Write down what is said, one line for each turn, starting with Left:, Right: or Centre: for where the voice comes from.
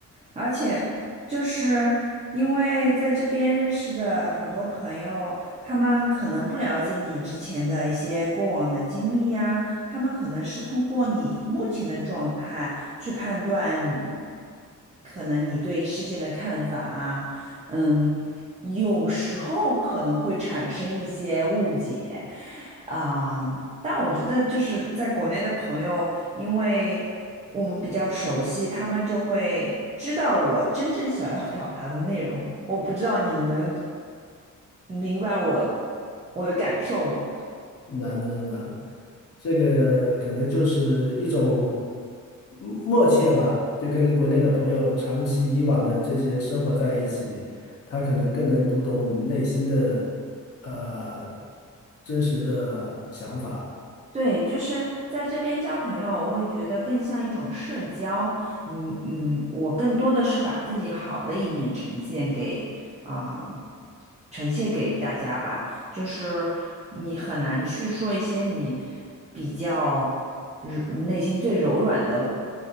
Right: 而且就是因为在这边认识的很多朋友，他们可能不了解你之前的一些过往的经历呀，他们可能是通过你目前的状态去判断你可能你对事件的看法啊，嗯，有时候可能会产生一些误解啊，但我觉得就是在国内的朋友。因为我们比较熟悉，他们就会知道我真正想要表达的内容。我不知道你能明白我我的感受吗？
Left: 能能能，这个可能就是一种嗯默契吧，就跟国内的朋友长期以往的这些生活在一起，他可能更能读懂你内心的呃真实的想法。
Right: 对，就是在这边交朋友，我会觉得更像一种社交。嗯嗯，我更多的是把自己好的一面呈现给啊、呈现给大家吧。就是你很难去说一些你比较柔内心最柔软的